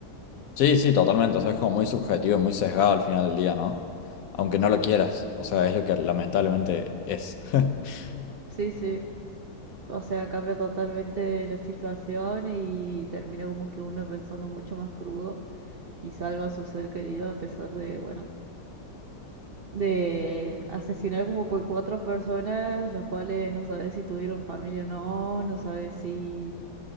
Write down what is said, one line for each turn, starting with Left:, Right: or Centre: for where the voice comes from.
Left: Sí, sí, totalmente. O sea, es como muy subjetivo, muy sesgado al final del día, ¿no? Aunque no lo quieras. O sea, es lo que lamentablemente es. <laughs>
Right: Sí, sí. O sea, cambia totalmente la situación y termina como que uno pensando mucho más crudo y salva a su ser querido a pesar de, bueno, de asesinar como cu- cuatro personas, los cuales no sabes si tuvieron familia o no, no sabes si